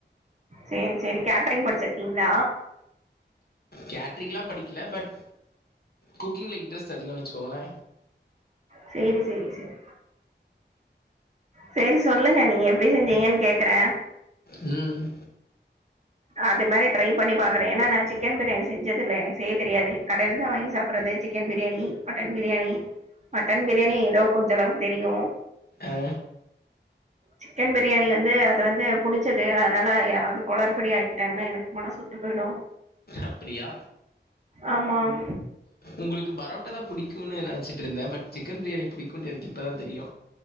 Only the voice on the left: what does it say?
கேட்ரிங்லா படிக்கல பட் குக்கிங்கில இன்ட்ரெஸ்ட் அதிகோன்னு வச்சுக்கோங்களே
ம்
அ.
அப்டியா
உங்களுக்கு பரோட்டா தா புடிக்கும்ன்னு நெனைச்சிட்டு இருந்தே பட் சிக்கன் பிரியாணி புடிக்குன்னு எனக்கு இப்பதா தெரியு